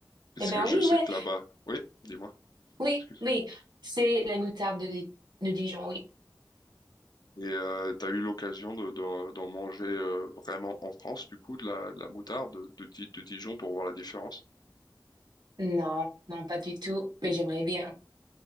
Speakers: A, on the left (about 60°); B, on the right (about 70°).
A: parce
B: Eh
A: que
B: ben
A: je
B: oui,
A: sais
B: ouais,
A: que là-bas... Oui, dis-moi,
B: oui,
A: excuse.
B: oui. C'est la moutarde de, Di- de Dijon, oui.
A: Et euh, t'as eu l'occasion de, d'en d'en manger euh, vraiment en France, du coup, de la, de la moutarde de, de Di- de Dijon pour voir la différence?
B: Non, non, pas du tout, mais j'aimerais bien.